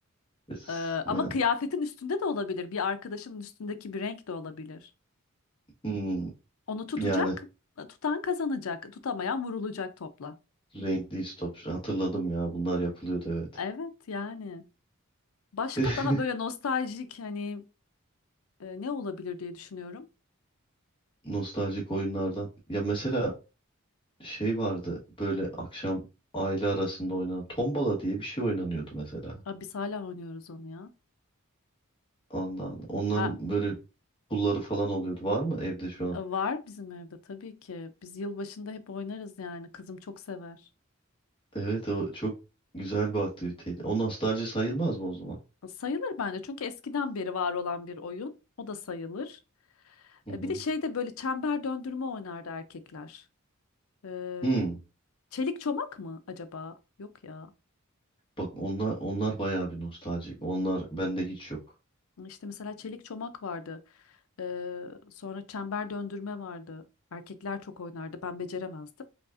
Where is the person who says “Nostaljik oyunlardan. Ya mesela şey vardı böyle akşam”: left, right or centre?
Left